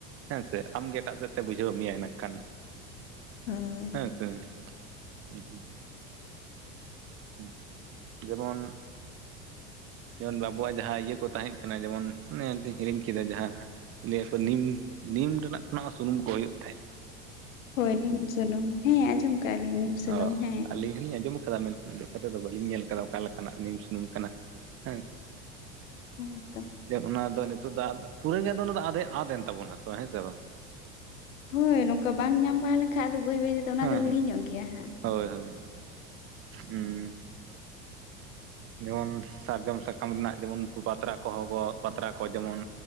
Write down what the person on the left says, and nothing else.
ᱦᱳᱭ
ᱦᱳᱭ ᱱᱤᱢ ᱥᱩᱱᱩᱢ ᱦᱮᱸ ᱟᱡᱚᱢ ᱠᱟᱜᱼᱟ ᱞᱤᱧ ᱱᱤᱢ ᱥᱩᱱᱩᱢ
ᱦᱮᱸ
ᱦᱮᱸ ᱛᱚ
ᱦᱳᱭ ᱱᱚᱝᱠᱟ ᱵᱟᱝ ᱧᱟᱢ ᱵᱟᱲᱟ ᱞᱮᱱᱠᱷᱟᱡ ᱟᱫᱚ ᱵᱟᱹᱭ ᱵᱟᱹᱭ ᱛᱮᱫᱚ ᱚᱱᱟ
ᱫᱚ ᱦᱤᱲᱤᱧᱚᱜ
ᱜᱮᱭᱟ ᱦᱟᱸᱜ᱾